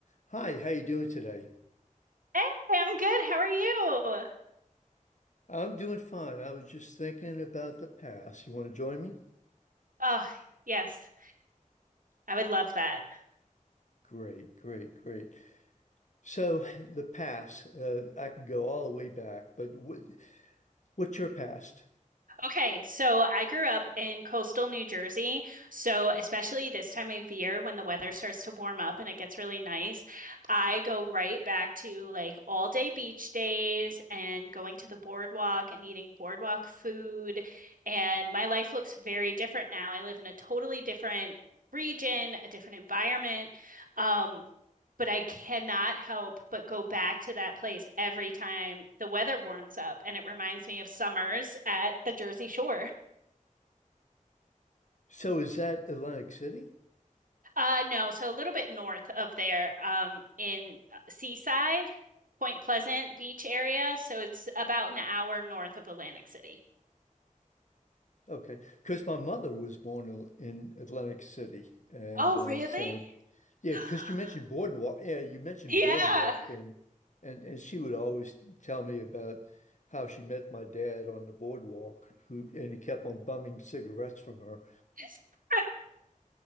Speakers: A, on the left; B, on the right.
A: Hi, how you doing today?
B: Hey, I'm good. How are you?
A: I'm doing fine. I was just thinking about the past. You want to join me?
B: Oh, yes. I would love that.
A: Great, great, great. So the past, uh, I can go all the way back, but what, what's your past?
B: Okay, so I grew up in coastal New Jersey. So, especially this time of year when the weather starts to warm up and it gets really nice, I go right back to like all day beach days and going to the boardwalk and eating boardwalk food. And my life looks very different now. I live in a totally different region, a different environment. Um, but I cannot help but go back to that place every time the weather warms up, and it reminds me of summers at the Jersey Shore.
A: So is that Atlantic City?
B: Uh, no, so a little bit north of there, um, in uh, Seaside, Point Pleasant Beach area. So it's about an hour north of Atlantic City.
A: Okay, because my mother was born in in Atlantic City, and
B: Oh,
A: uh,
B: really?
A: so. Yeah,
B: <gasps>
A: because you mentioned boardwalk. Yeah, you mentioned
B: Yeah.
A: boardwalk, and and and she would always tell me about how she met my dad on the boardwalk, who and he kept on bumming cigarettes from her.
B: <laughs>